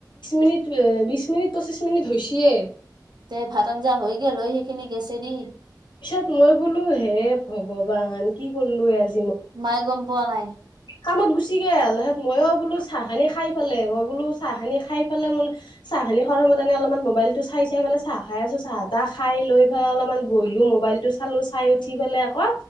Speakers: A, on the left; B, on the right.
A: মিনিট বিশ মিনিট পঁচিছ মিনিট হৈছে।
B: তে ভাত আঞ্জা হৈ গল হয় সেইখিনি গেছে দি।
A: পিছত মই বোলো, হে ভগৱান কি কৰিলোৱে আজ।
B: মায়ে গম পোৱা নাই।
A: কামত গুচি গাল। তাচত মইও বোলো চাহ খানি খাই পেলে, মই বোলো চাহ খানি খাই পালে মোল চাহ। চাহ খিনি খোৱাটাইমত অলপমান মোবাইল টো চাই চাই পেলাই চাহ খাই আছো, চাহ টাহ খাই লৈ পেলাই অলপমান। বহিলো মোবাইলটো চালো, চাই উঠি পেলাই আকৌ,